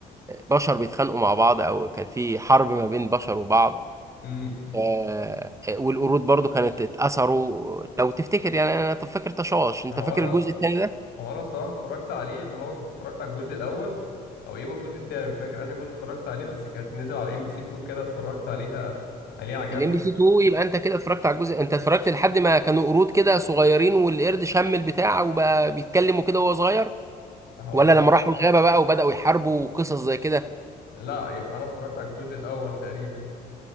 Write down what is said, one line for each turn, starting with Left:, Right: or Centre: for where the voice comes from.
Right: بشر بيتخانقوا مع بعض او كان في حرب ما بين بشر وبعض
Left: امم
Right: آه، والقرود برضو كانت اتأثروا لو تفتكر يعني انا طب فاكر تشاش انت
Left: ما هو
Right: فاكر
Left: انا
Right: الجزء الثاني ده
Left: هو انا الصراحه اتفرجت عليه اللي هو اتفرجت على الجزء الاول او يا اما الجزء التاني مش فاكر انهي جزء اتفرجت عليه بس كانت نزل على ام بي سي 2 كده اتفرجت عليها عليه حلو عجبني
Right: الام بي سي 2 يبقى انت كده اتفرجت على الجزء انت اتفرجت لحد ما كانوا قرود كده صغيرين والقرد شم البتاع وبقى بيتكلموا كده وهو صغير
Left: هو
Right: ولا لما راحوا الغابة بقى وبدأوا يحاربوا وقصص زي كده
Left: لا يبقى انا اتفرجت على الجزء الاول تقريبا